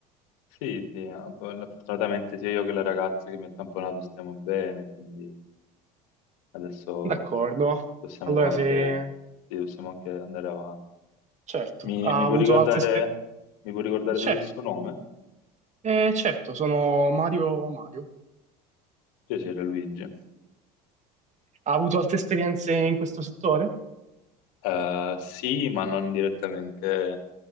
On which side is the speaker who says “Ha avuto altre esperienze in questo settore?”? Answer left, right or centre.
Right